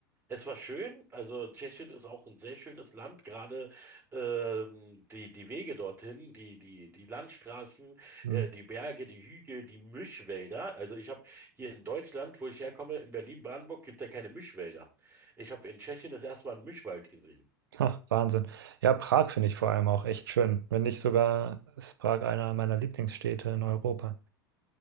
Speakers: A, on the right (about 20°); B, on the right (about 80°).
A: es war schön, also Tschechien ist auch ein sehr schönes Land, gerade ähm, die, die Wege dorthin, die, die, die Landstraßen
B: Mhm.
A: äh, die Berge, die Hügel, die Mischwälder. Also ich habe hier in Deutschland, wo ich herkomme, in Berlin-Brandenburg, gibt es ja keine Mischwälder. Ich habe in Tschechien das erste Mal einen Mischwald gesehen.
B: Ach, Wahnsinn. Ja, Prag finde ich vor allem auch echt schön. Wenn nicht sogar ist Prag einer meiner Lieblingsstädte in Europa.